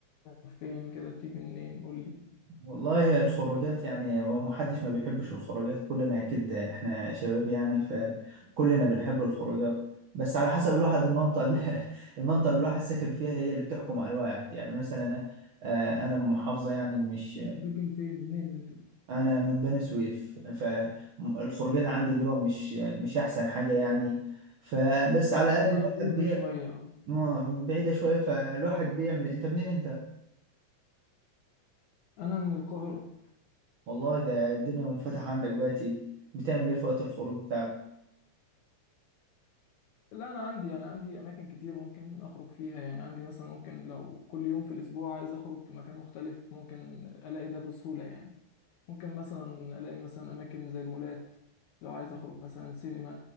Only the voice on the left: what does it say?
فين كده بتيجي منين قول لي
انت بتسكن فين منين انت
محدوده
شويه أوي.
انا من القاهره
لا انا عندي يعني عندي اماكن كتير ممكن اخرج فيها يعني عندي مثلا ممكن لو كل يوم في الاسبوع عايز اخرج في مكان مختلف ممكن الاقي ده بسهوله يعني ممكن مثلا الاقي مثلا اماكن زي المولات لو عايز اخرج مثلا سينما